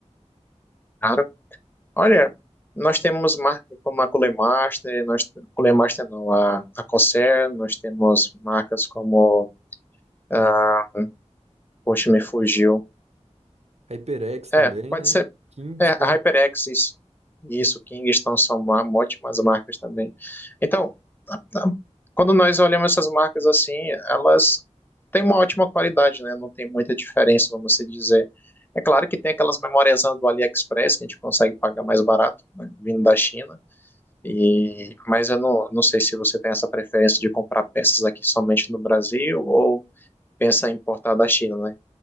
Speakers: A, on the left; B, on the right.
A: Claro. Olha, nós temos marcas como a Culemaster, nós Culemaster não, a, a Corsair, nós temos marcas como a, poxa, me fugiu.
B: HyperX também,
A: É, pode
B: né?
A: ser
B: Kingston.
A: é, a HyperX, isso, isso, Kingston são ma- ótimas marcas também. Então, a- a- quando nós olhamos essas marcas assim, elas têm uma ótima qualidade, né? Não tem muita diferença, vamos se dizer. É claro que tem aquelas memórias do AliExpress que a gente consegue pagar mais barato, né, vindo da China E, mas eu não, não sei se você tem essa preferência de comprar peças aqui somente no Brasil ou pensa em importar da China, né?